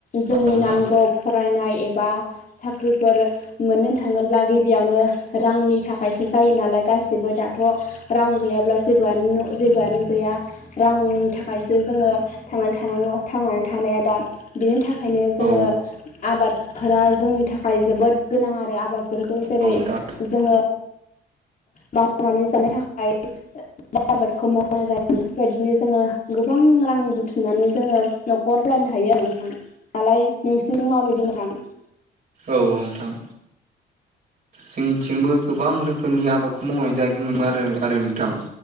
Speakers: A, on the left; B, on the right.
A: जोंनि
B: नोंथां
A: नांगौ फरायनाय एबा साख्रिफोर मोननो थाङोब्ला गिबियावनो रांनि थाखायसो जायो नालाय गासिबो दाथ' रां गैयाब्ला जेबोआनो जेबोआनो गैया। रांनि थाखायसो जोङो थांनानै थानांगौ थांनानै थानाया दायो बिनि थाखायनो जोङो।
B: औ
A: आबादफोरा जोंनि थाखाय जोबोद गोनां आरो आबादफोरखौ जेरै
B: नोंथां
A: जोङो। मावनानै जानो थाखाय <unintelligible> आबादखौ मावनाय जायो बेफोरबायदिनो जोङो गोबां रां बुथुमनानै जोङो न'खरयानो हायो आरो नोंथां नालाय नोंसोरजों माबादि नोंथां <unintelligible>
B: औ औ नोंथां। जोंनिथिंबो गोबां रोखोमनि आबादखौ मावनाय जानायखौ नुयो आरो आरो नोंथां।